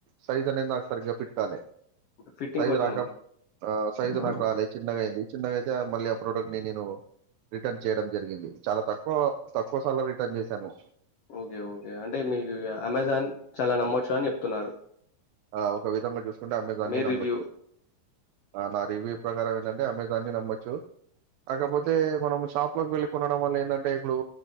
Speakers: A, on the right (about 80°); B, on the left (about 75°).
A: సైజ్ అనేది నాకు సరిగ్గా ఫిట్ కాలి
B: ఫిట్టింగ్
A: సైజు
B: కొంచెం
A: రాక ఆ సైజు
B: ఆ!
A: నాకు రాలేదు చిన్నగా అయింది చిన్నగా అయితే మళ్ళీ ప్రోడక్ట్ ని నేను రిటర్న్ చేయడం జరిగింది చాలా తక్కువ తక్కువ సాల రిటర్న్ చేస్ తను
B: ఓకే ఓకే అంటే మీకు అమెజాన్ చాలా నమ్మొచ్చు అని చెప్తున్నారు
A: ఆ ఒక విధంగా చూస్ అమెజాని
B: మీ
A: నమ్మోచ్చు
B: రివ్యూ
A: నా రివ్యూ ప్రకారం ఏందంటే అమెజా ని నమ్మచ్చు కాకపోతే మనం షాప్ లోకి వెళ్ళి కొనడం వల్ల ఏందంటే ఇప్పుడు